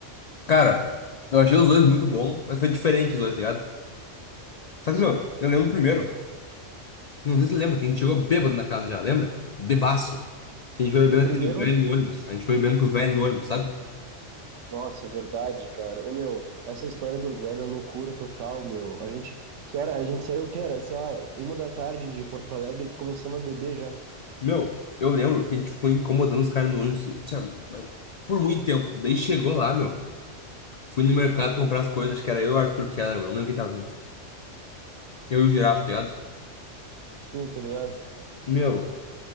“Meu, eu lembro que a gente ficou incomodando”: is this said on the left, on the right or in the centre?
Left